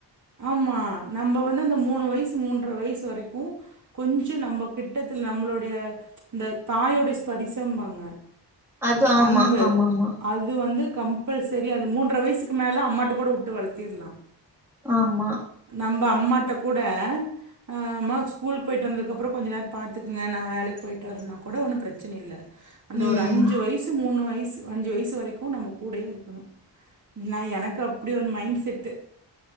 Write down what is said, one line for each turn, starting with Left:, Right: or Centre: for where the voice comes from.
Right: ஆமா நம்ம வந்து அந்த மூணு வயசு மூன்ற வயசு வரைக்கு கொஞ்ச நம்ம கிட்டத்தல நம்மளோடைய இந்த தாயோடைய ஸ்பரிசம்பாங்க
Centre: அது ஆமா
Right: அன்பு
Centre: ஆமாமா
Right: அது வந்து கம்பல்சரி அது மூன்ற வயசுக்கு மேல அம்மாட்ட கூட வுட்டு வளத்திடலா
Centre: ஆமா
Right: நம்ப அம்மாட்ட கூட ஆம்மா ஸ்கூலுக்கு போயிட்டு வந்ததுக்கப்புற கொஞ்ச நேர பாத்துகுங்க நா வேலைக்கு போய்ட்டு வரேனுகூட ஒன்னு பிரச்சனை இல்ல அந்த
Centre: ம்
Right: ஒரு அஞ்சு வயசு மூணு வயசு அஞ்சு வயசு வரைக்கு நம்ம கூடயே இருக்கணு நா எனக்கு அப்படி ஒரு மைண்ட் செட்டு